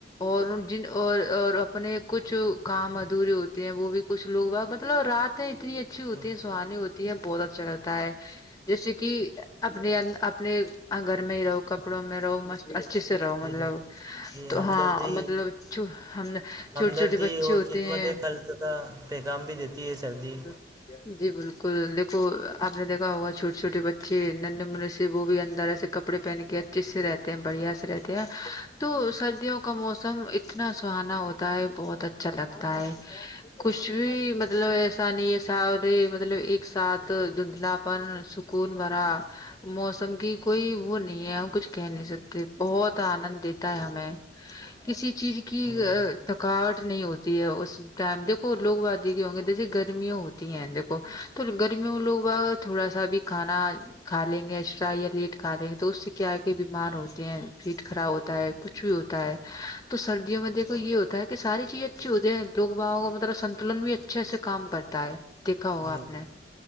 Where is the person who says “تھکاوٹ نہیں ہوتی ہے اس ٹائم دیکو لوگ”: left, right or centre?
Left